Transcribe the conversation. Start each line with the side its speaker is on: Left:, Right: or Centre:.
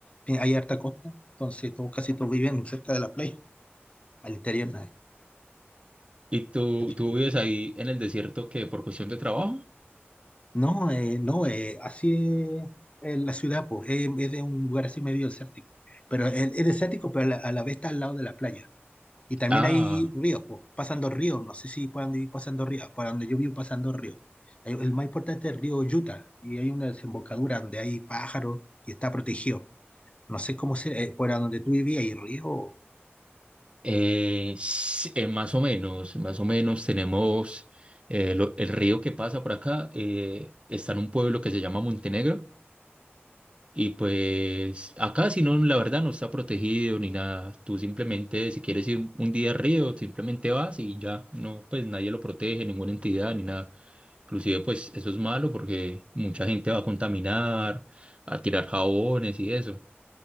Left: eh, hay harta costa, entonces todos, casi todos viven cerca de la playa. Al interior,
Right: ¿Y tú,
Left: no,
Right: tú vives ahí en el desierto que por cuestión de trabajo?
Left: No, eh, no, eh, así es en la ciudad, pues, es, es de un lugar así medio desértico. Pero es, es desértico, pero a la, a la vez está al lado de la playa. Y también
Right: Ah,
Left: hay ríos, pues, pasan dos ríos, no sé si puedan vivir pasando ríos, para donde yo vivo pasan dos ríos. El, el más importante es el río Yuta, y hay una desembocadura donde hay pájaros y está protegido. No sé cómo se, eh, por donde tú vivías, ¿hay río?
Right: eh, s- eh, más o menos, más o menos tenemos eh, lo- el río que pasa por acá. eh, está en un pueblo que se llama Montenegro. Y pues acá si no, la verdad no está protegido ni nada. Tú simplemente, si quieres ir un día al río, simplemente vas y ya. No, pues nadie lo protege, ninguna entidad ni nada. Inclusive pues eso es malo porque mucha gente va a contaminar, a tirar jabones y eso.